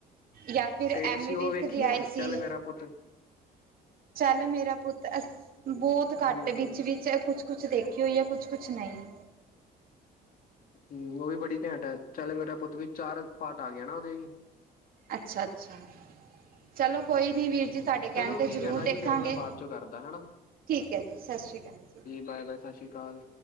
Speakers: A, on the right; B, on the left.
A: ਜਾਂ ਫਿਰ
B: ਤੇ ਤੁਸੀਂ
A: ਐਮੀ
B: ਉਹ
A: ਵਿਰਕ
B: ਵੇਖੀ
A: ਦੀ ਆਈ
B: ਹੈ ਚੱਲ
A: ਸੀ।
B: ਮੇਰਾ ਪੁੱਤ
A: ਚੱਲ ਮੇਰਾ ਪੁੱਤ ਅ, ਬਹੁਤ
B: ਹਮ
A: ਘੱਟ ਵਿੱਚ ਵੀ ਤੇ ਕੁਛ- ਕੁਛ ਦੇਖੀ ਹੋਈ ਹੈ, ਕੁਛ-ਕੁਛ ਨਹੀਂ।
B: ਹੂੰ, ਉਹ ਵੀ ਬੜੀ ਘੈਂਟ ਐ, ਚੱਲ ਮੇਰਾ ਪੁੱਤ ਵੀ ਚਾਰ ਪਾਟ ਆ ਗਏ ਹਨਾ ਉਹਦੇ ਵੀ।
A: ਅੱਛਾ- ਅੱਛਾ, ਚਲੋ ਕੋਈ ਨਹੀਂ ਵੀਰ ਜੀ। ਤੁਹਾਡੇ ਕਹਿਣ
B: ਚਲੋ
A: ਤੇ
B: ਠੀਕ
A: ਜ਼ਰੂਰ
B: ਹੈ ਨਾ ਜੀ
A: ਦੇਖਾਂਗੇ,
B: ਫਿਰ ਮੈਂ ਬਾਅਦ ਚੋਂ ਕਰਦਾ ਹੈਨਾ
A: ਠੀਕ ਐ ਜੀ, ਸਸ਼ ਰੀ ਕਾਲ ਜੀ।
B: ਬਾਏ-ਬਾਏ, ਸਸ਼ ਰੀ ਕਾਲ।